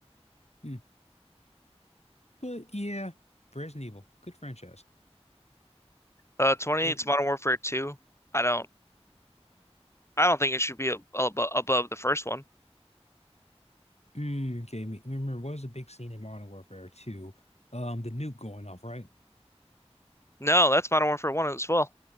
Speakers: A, on the left; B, on the left.
A: Hmm. But yeah, Resident Evil, good franchise.
B: Uh, twenty-eight's
A: It
B: Modern Warfare 2. I don't, I don't think it should be ab ab above the first one.
A: mm, gave me remember what was the big scene in Modern Warfare 2? Um, the nuke going off, right?
B: No, that's Modern Warfare 1 as well.